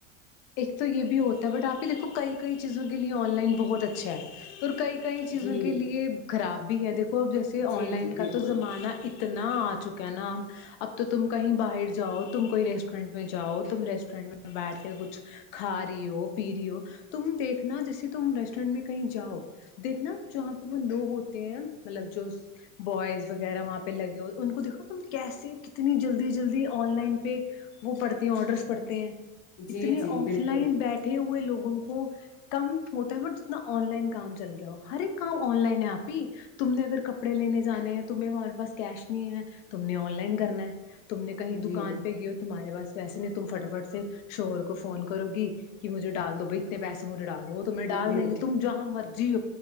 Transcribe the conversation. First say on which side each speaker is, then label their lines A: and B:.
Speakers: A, on the left; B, on the left.
A: ایک تو یہ بھی ہوتا ہے بٹ آپ دیکھو کئی کئی چیزوں کے لیے آن لائن بہت اچھا ہے اور کئی کئی چیزوں
B: جی
A: کے لیے خراب بھی ہے کو اب جیسے آن
B: جی
A: لائن
B: جی بالکل
A: کا تو زمانہ اتنا آ چکا ہے نہ اب اب تو تم کہیں باہر جاؤ تم کوئی ریسٹورینٹ جاؤ تم ریسٹورینٹ میں بیٹھ کے کچھ کھا رہی ہو پی رہی ہو تم دیکھنا جیسے تم ریسٹورینٹ میں کہیں جاؤ دیکھنا جہاں پہ وہ لوگ ہوتے ہیں مطلب جو بوائز وغیرہ وہاں پہ لگے ہوئے ان کو دیکھو تم کیسے کتنی جلدی جلدی آن لائن پہ وہ پڑھتے ہیں آرڈرس پڑھتے ہیں اتنے
B: جی جی
A: آف
B: بالکل
A: لائن بیٹھے ہوئے لوگوں کو کم ہوتا ہے بٹ جتنا آن لائن کام چل گیا ہو ہر ایک کام آن لائن ہے آپی تم نے اگر کپڑے لینے جانے ہیں تم ہمارے پاس کیش نہیں ہے تم نے آن لائن کرنا تم نے کہیں
B: جی
A: دکان پہ گیا تمہارے پس ویسے نہیں تم فٹا فٹ سے شوہر کو فون کرو گی کہ مجھے ڈال دو بائی اتنے پیسے مجھے ڈال دو وہ تمہیں ڈال
B: جی
A: دیں گے تم جہاں مرضی